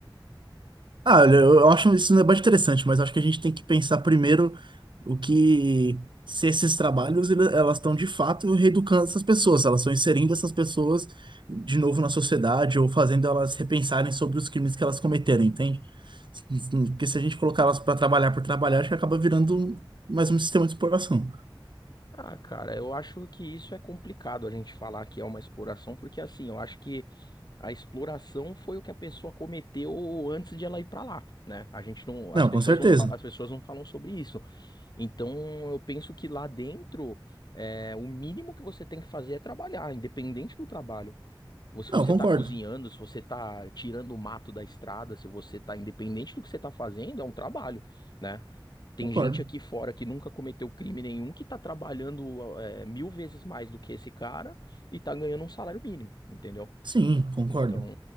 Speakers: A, on the right (about 65°); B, on the left (about 50°).
A: Ah, olha, eu eu acho isso um debate interessante, mas acho que a gente tem que pensar primeiro o que se esses trabalhos ele- elas estão de fato reeducando essas pessoas, se elas estão inserindo essas pessoas de novo na sociedade ou fazendo elas repensarem sobre os crimes que elas cometeram, entende? Porque se a gente colocar elas para trabalhar por trabalhar, acho que acaba virando mais um sistema de exploração.
B: Ah, cara, eu acho que isso é complicado a gente falar que é uma exploração, porque assim, eu acho que A exploração foi o que a pessoa cometeu antes de ela ir para lá, né? A gente não, as
A: Não,
B: pessoas
A: com certeza.
B: não falam, as pessoas não falam sobre isso. Então, eu penso que lá dentro, é, o mínimo que você tem que fazer é trabalhar, independente do trabalho. Ou Se você
A: Não, concordo.
B: está cozinhando, se você está tirando o mato da estrada, se você está independente do que você está fazendo, é um trabalho, né? Tem
A: Concordo.
B: gente aqui fora que nunca cometeu crime nenhum que está trabalhando, é, mil vezes mais do que esse cara e está ganhando um salário mínimo, entendeu?
A: Sim, concordo.
B: Então,